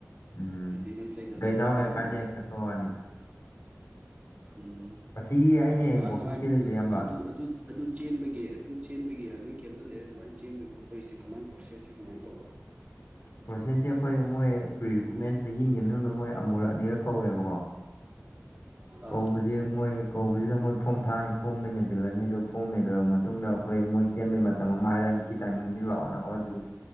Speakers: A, on the left (about 55°); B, on the right (about 25°).
A: ꯎꯝ
B: ꯃꯦꯟꯇꯦꯅꯦꯟꯁ ꯂꯩꯇꯕꯁꯤꯁꯨ
A: ꯒꯥꯔꯤ ꯊꯥꯎ
B: ꯐꯔꯛꯅꯤꯅꯦ
A: ꯂꯩꯔꯀꯥꯟꯗ ꯍꯦꯛ ꯆꯠꯄ ꯋꯥꯅꯤꯗ
B: ꯎꯝ
A: ꯑꯁꯤꯒꯤ ꯑꯩꯅ ꯍꯦꯛ
B: ꯀꯃꯥꯏ
A: ꯋꯥꯛꯀꯤꯡ
B: ꯀꯃꯥꯏ
A: ꯆꯦꯜꯂꯤꯁꯦ
B: ꯇꯨ
A: ꯏꯌꯥꯝꯕ
B: ꯑꯗꯨ ꯑꯗꯨ ꯑꯗꯨ ꯑꯗꯨ ꯆꯦꯟꯕꯒꯤ ꯑꯗꯨ ꯆꯦꯟꯕꯒꯤ ꯑꯥꯔꯃꯤ ꯀꯦꯝꯇ ꯂꯩꯔ ꯑꯗꯨꯃꯥꯏ ꯆꯦꯟꯕꯒꯤ ꯈꯣꯠꯄꯒꯤꯁꯦ ꯀꯃꯥꯏꯅ ꯄ꯭ꯔꯣꯁꯦꯁꯁꯦ ꯀꯃꯥꯏ ꯇꯧꯕ
A: ꯄ꯭ꯔꯣꯁꯦꯁꯁꯦ ꯑꯩꯈꯣꯏ ꯃꯣꯏ ꯄ꯭ꯔꯤꯔꯤꯀꯨꯃꯦꯟ ꯆꯍꯤꯒꯤ ꯃꯅꯨꯡꯗ ꯃꯣꯏ ꯑꯃꯨꯔꯛ ꯑꯅꯤꯔꯛ ꯀꯧꯋꯦꯕꯀꯣ ꯀꯧꯕꯖꯦ
B: ꯑꯥ
A: ꯃꯣꯏ ꯀꯧꯕꯁꯤꯗ ꯃꯣꯏ ꯐꯣꯔꯝ ꯊꯥꯔꯅꯤ ꯐꯣꯝꯗ ꯃꯦꯟꯁꯤꯜꯂꯅꯤ ꯑꯗꯨꯒ ꯐꯣꯝ ꯃꯦꯟ ꯂꯕ ꯃꯇꯨꯡꯗ ꯑꯩꯈꯣꯏ ꯃꯣꯏ ꯆꯦꯟꯕꯩ ꯃꯇꯝ ꯑꯃ ꯍꯥꯏꯔꯅꯤ ꯁꯤ ꯇꯥꯏꯃꯤꯡꯁꯤ ꯂꯥꯛꯑꯣꯅꯣ ꯑꯗꯨꯗꯤ